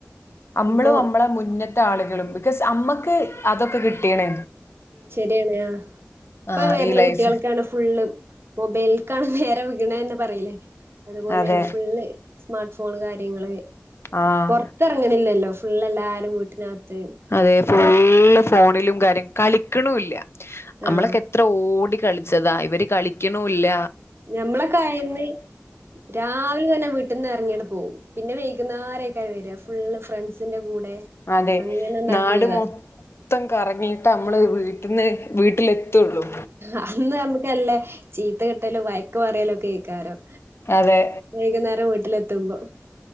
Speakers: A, on the left (about 60°); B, on the right (about 60°).
A: നമ്മള
B: ഇപ്പൊ
A: നമ്മളെ മുന്ന മറ്റ ആളുകളും ബിക്കോസ് അമ്മക്ക് അതൊക്കെ കിട്ടിയണ്
B: ശരിയണ് ഇപ്പൊ
A: ആഹ്
B: വരുന്ന
A: ഈ ലൈഫ്
B: കുട്ടികൾക്കാണ് ഫുള്ള് മൊബൈലക്കാണ് നേരെ ണെ പറലേ അതുപോലെയാണ്
A: അതെ
B: ഫുള്ള് സ്മാർട്ട് ഫോൺ കാര്യങ്ങള്
A: ആഹ്
B: പുൊറത്തിറങ്ങണില്ലല്ലോ ഫുള് എല്ലാരും വീട്ടിനകത്ത്
A: അതെ ഫുള്ള് ഫോണിലും കാര്യം കളിക്കുണില്ല നമ്മളൊക്കെ
B: ആഹ്
A: എത്ര ഓടി കളിച്ചതാ ഇവര് കളിക്ക്ണുല്ല
B: ഞമ്മളൊക്കെ ആയന്ന് രാവിലെ തന്നെ വീട്ടിൽന്ന് ഇറങ്ങിയെ പോവും പിന്നെ വെകുന്നേരം ആയ്കാരം വരിക ഫുള്ള് ഫ്രണ്ട്സിന്റെ കൂടെ
A: അതെ
B: അങ്ങനെ നടന്നീനതാ
A: നാട് മൊത്തം കറങ്ങിട്ട് നമ്മള്
B: ആഹ്
A: വീട്ടിന്ന് വീട്ടിലെത്തുള്ളൂ
B: അന്ന് നമുക്കല്ലേ ചീത്ത കിട്ടലും വയക്ക് പറയലും ഒക്കെ അയ്കരം
A: അതെ
B: വൈകുന്നേരം വീട്ടില എത്തുമ്പോ